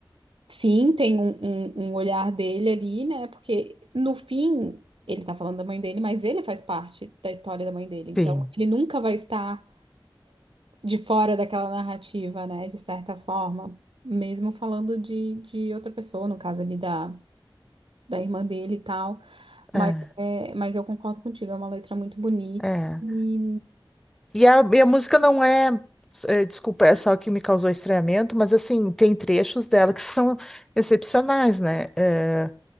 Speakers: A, on the right; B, in the centre.
A: Sim, tem um, um, um olhar dele ali, né? Porque no fim ele tá falando da mãe dele, mas ele faz parte da história da mãe dele. Então
B: Sim,
A: ele nunca vai estar de fora daquela narrativa, né? De certa forma, mesmo falando de, de outra pessoa, no caso ali da, da irmã dele e tal. Mas,
B: é,
A: é, mas eu concordo contigo, é uma letra muito bonita.
B: é.
A: E
B: E a, e a música não é, é, desculpa, é só que me causou estranhamento, mas assim, tem trechos dela que <laughs> são excepcionais, né? É,